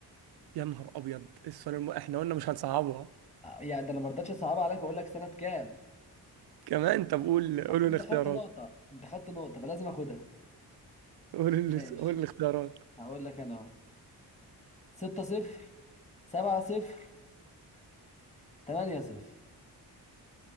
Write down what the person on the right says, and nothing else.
يا نهار ابيض السؤال الم... احنا قلنا مش هنصعبها
كمان طب قول قولوا
الاختيارات
قولوا ال-
قولوا الاختيارات